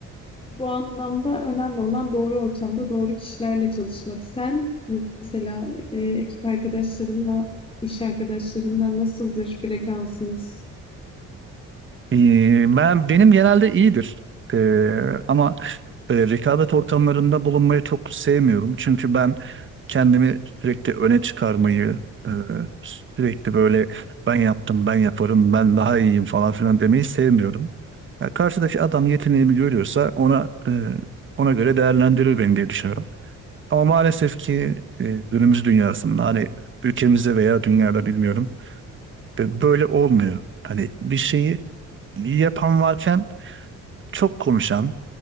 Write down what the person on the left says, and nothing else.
Bu anlamda önemli olan doğru ortamda doğru kişilerle çalışmak. Sen mesela e, ekip arkadaşlarınla, iş arkadaşlarınla nasıldır frekansınız?